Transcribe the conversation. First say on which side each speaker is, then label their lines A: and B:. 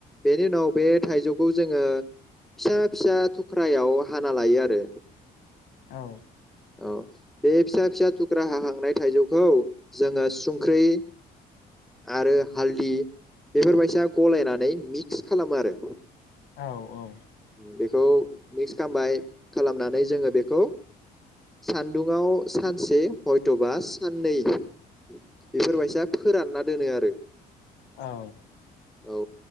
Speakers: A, in the centre; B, on the left (about 80°).
A: बेनि उनाव बे थाइजौखौ जोङो फिसा फिसा थुख्रायाव हाना लायो आरो।
B: औ
A: औ बे फिसा फिसा थुख्रा हाहांनाय थाइजौखौ जोङो सुंख्रि आरो हालदि बेफोरबायसा गलायनानै मिक्स खालामो आरो।
B: औ औ
A: बेखौ मिक्स खालामबाय खालामनानै जोङो बेखौ सान्दुं आव सानसे हयथ'बा साननै बेफोरबायसा फोरानना दोनो आरो।
B: औ
A: औ